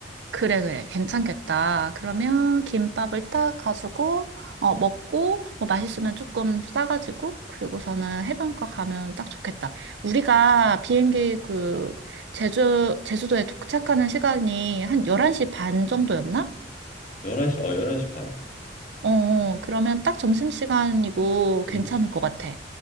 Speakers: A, on the right; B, on the left.
A: 그래, 그래. 괜찮겠다.
B: 응.
A: 그러면 김밥을 딱 가지고, 어, 먹고, 뭐 맛있으면 조금 싸가지고, 그리고서는 해변가 가면 딱 좋겠다. 우리가 비행기 그, 제주, 제주도에 도착하는 시간이 한 11시 반 정도였나?
B: 11시 어 11시 반
A: 어, 어. 그러면 딱 점심시간이고
B: 음.
A: 괜찮을 것 같아.